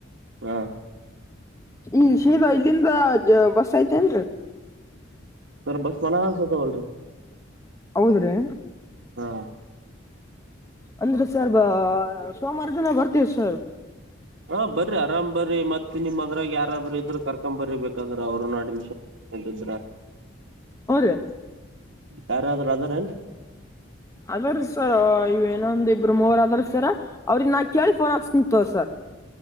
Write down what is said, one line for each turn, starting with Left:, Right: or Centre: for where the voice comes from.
Right: ಹಾ
Left: ಈ ಶೀರಾ ಇಲ್ಲಿಂದ ಬಸ್ ಐತೆನ್ರಿ
Right: ಸರ್ ಬಸ್ ಮನಸ್ ಅದಾವಲ್ರಿ
Left: ಹೌದ್ರೀ
Right: ಹಾ
Left: ಅಂದ್ರೆ ಸರ್ ಬ ಸೋಮವಾರ ದಿನ ಬರ್ತೀವ ಸರ್
Right: ಹಾ ಬರ್ರಿ ಆರಾಮ್ ಬರ್ರಿ ಮತ್ತ ನಿಮ್ದ್ರಾಗ ಯಾರಾದ್ರೂ ಇದ್ರ ಕರ್ಕೊ್ಬರ್ರಿ ಬೇಕಂದ್ರ ಅವರುನ್ನೂ ಅಡ್ಮಿಷನ್ <unintelligible>
Left: ಹುರಿ
Right: ಯಾರಾದ್ರೂ ಅದಾರ ಏನ್
Left: ಅದಾರಿ ಸರ್ ಇವ ಏನೊಂದ ಇಬ್ಬರು ಮೂವರ್ ಅದ್ರ ಸರ ಅವ್ರಿಗ ನಾ ಕೇಳಿ ಫೋನ್ ಹೆಚ್ಚತಿನ್ ತೋರ್ ಸರ್